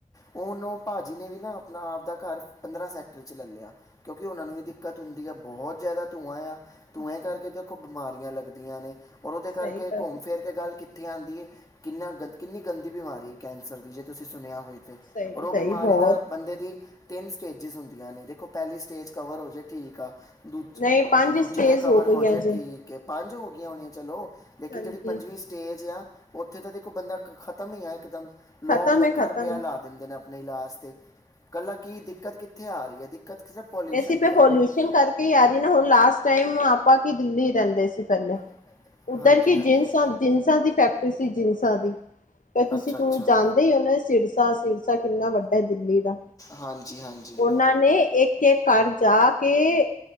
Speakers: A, on the left; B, on the left.
A: ਉਹਨ ਉਹ ਭਾਜੀ ਨੇ ਵੀ ਨਾ ਆਪਣਾ ਆਵਦਾ ਘਰ ਪੰਦਰਾਂ ਸੈਕਟਰ 'ਚ ਲੈ ਲਿਆ। ਕਿਉਂਕਿ ਉਹਨਾਂ ਨੂੰ ਵੀ ਦਿੱਕਤ ਹੁੰਦੀ ਆ, ਬਹੁਤ ਜ਼ਿਆਦਾ ਧੂੰਆਂ ਆ। ਧੂੰਐ ਕਰਕੇ ਦੇਖੋ, ਬਿਮਾਰੀਆਂ ਲੱਗਦੀਆਂ ਨੇ। ਔਰ ਉਹਦੇ ਕਰਕੇ
B: ਸਹੀ ਗੱਲ
A: ਘੁੰਮ
B: ਹੈ,
A: ਫੇਰ ਕੇ ਗੱਲ ਕੀ ਉੱਥੇ ਆਂਦੀ ਐ। ਕਿੰਨਾ ਗੰ ਕਿੰਨੀ ਗੰਦੀ ਬਿਮਾਰੀ ਐ ਕੈਂਸਰ ਦੀ ਜੇ ਤੁਸੀਂ ਸੁਣਿਆ ਹੋਏ।
B: ਸਹੀ
A: ਔਰ ਉਹ
B: ਸਹੀ
A: ਬਿਮਾਰੀ
B: ਬਹੁਤ
A: ਦਾ ਬੰਦੇ ਦੀ ਤਿੰਨ ਸਟੇਜਿਸ ਹੁੰਦੀਆਂ ਨੇ, ਦੇਖੌ ਪਹਿਲੀ ਸਟੇਜ ਕਵਰ ਹੋ ਜੇ, ਠੀਕ ਆ। ਦੂਜ---ਦੂਜੀ
B: ਨਹੀਂ ਪੰਜ ਸਟੇਜ
A: 'ਤੇ ਕਵਰ ਹੋ
B: ਗਈ
A: ਜੇ,
B: ਅਜੇ
A: ਠੀਕ ਏ। ਪੰਜ ਹੋ ਗਈਆਂ ਹੋਣੀਆ ਚਲੋ ਲੇਕਿਨ
B: ਹਾਂਜੀ
A: ਜੇੜੀ ਪੰਜਵੀਂ ਸਟੇਜ ਆ ਉੱਥੇ ਤਾਂ ਦੇਖੋ ਬੰਦਾ ਖ ਖ਼ਤਮ ਈ ਆ, ਇਕਦਮ ਲੋਕ
B: ਖਤਮ
A: ਲੱਖਾਂ
B: ਹੈ ਖਤਮ
A: ਰੁਪਇਆ ਲਾ ਦਿੰਦੇ ਨੇ ਨਹੀਂ ਲਾਾਸ ਤੇ- ਨਹੀਂ ਦਿੱਕਤ ਕਿੱਥੇ ਆ ਰਹੀ ਐ? ਦਿੱਕਤ- ਕਿਸੇ ਪੋਲੂਸ਼ਨ
B: ਐਸੀ
A: ਤੇ ਆ
B: ਪੋਲਯੂਸ਼ਨ
A: ਰਹੀ ਹੈ
B: ਕਰਕੇ ਈ ਆ ਰਹੀ ਨਾ, ਹੁਣ ਲਾਸਟ ਟਾਈਮ ਆਪਾਂ ਕੀ ਦਿੱਲੀ ਰਹਿੰਦੇ ਸੀ ਪਹਿਲੇ
A: <unintelligible>
B: ਉਧਰ ਕੀ
A: ਹਾਂਜੀ
B: ਜਿਨਸਾਂ, ਜਿਨਸਾਂ ਦੀ ਫੈਕਟਰੀ ਸੀ, ਜਿਨਸਾਂ ਦੀ। ਤੁਸੀਂ,
A: ਅੱਛਾ
B: ਤੂੰ
A: ਅੱਛਾ
B: ਜਾਣਦੇ ਹੀ ਉਹ ਨਾ, ਸਿਰਸਾ, ਸਿਰਸਾ ਕਿੰਨਾ ਵੱਡਾ ਐ ਦਿੱਲੀ ਦਾ।
A: ਹਾਂਜੀ ਹਾਂਜੀ
B: ਉਹਨਾਂ ਨੇ ਇੱਕ-ਇੱਕ ਘਰ ਜਾ ਕੇ।